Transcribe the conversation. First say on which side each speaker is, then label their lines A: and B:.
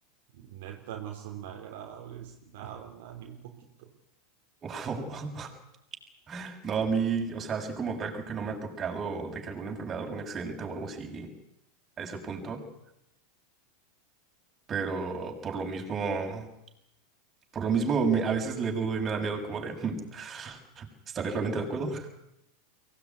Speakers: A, on the right; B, on the right.
A: Neta, no son nada agradables, nada, nada, ni un poquito.
B: <laughs> No, a mí, o sea, así como tal, creo que no me ha tocado de que alguna enfermedad, algún accidente o algo así a ese punto, pero por lo mismo, por lo mismo me- a veces le dudo y me da miedo como de, <laughs> ¿estaré realmente de acuerdo?